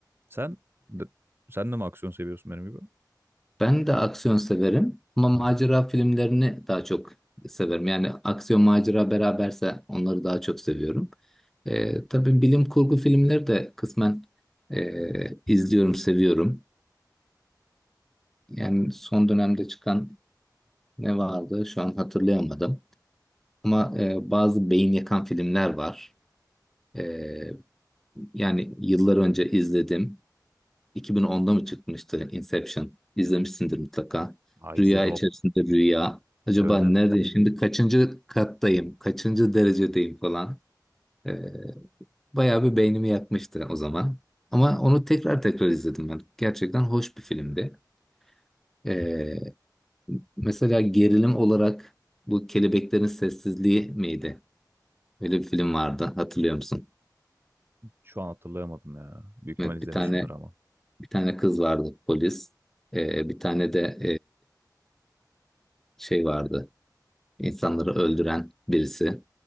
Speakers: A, on the right; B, in the centre.
A: Sen de- sen de mi aksiyon seviyorsun benim gibi?
B: Ben de aksiyon severim ama macera filmlerini daha çok severim. Yani aksiyon macera beraberse onları daha çok seviyorum. Ee, tabii bilim kurgu filmleri de kısmen e, izliyorum, seviyorum. Yani son dönemde çıkan ne vardı şu an hatırlayamadım. Ama e, bazı beyin yakan filmler var. Ee, yani yıllar önce izledim. 2010'da mı çıkmıştı Inception? İzlemişsindir mutlaka.
A: Ha
B: Rüya
A: izledim
B: içerisinde
A: o.
B: rüya. Acaba
A: Evet evet
B: neredeyim şimdi? Kaçıncı kattayım? Kaçıncı derecedeyim falan. Ee, bayağı bir beynimi yakmıştı o zaman. Ama onu tekrar tekrar izledim ben. Gerçekten hoş bir filmdi. Ee, mesela gerilim olarak bu Kelebeklerin Sessizliği miydi? Öyle bir film vardı. Hatırlıyor musun?
A: Şu an hatırlayamadım ya. Büyük ihtimal
B: Evet,
A: izlemişimdir
B: bir tane
A: ama.
B: bir tane kız vardı polis. Ee, bir tane de e, şey vardı. İnsanları öldüren birisi.